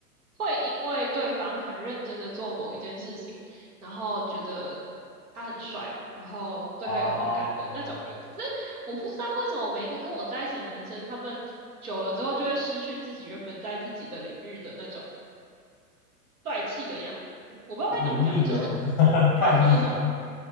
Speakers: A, on the right; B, on the left.
A: 会因为对方很认真的做某一件事情，然后觉得他很帅，然后对他有好感的那种人。
B: 哦，
A: 可是我不知道为什么每一个跟我在一起的男生，他们久了之后就会失去自己原本在自己的领域的那种帅气的样子。我不知道该怎么讲，
B: 你腻了吗？
A: 就是
B: <laughs>
A: 他什么什么，
B: 看腻了，